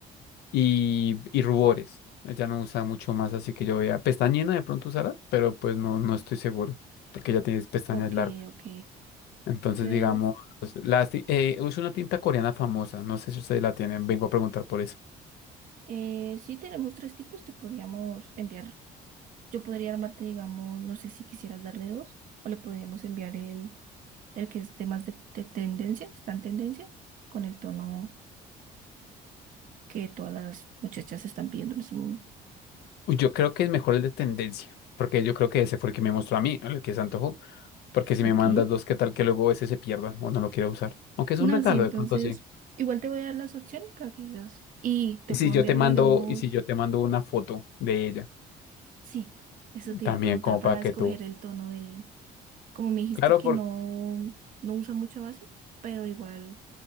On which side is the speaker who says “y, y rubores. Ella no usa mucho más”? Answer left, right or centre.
Left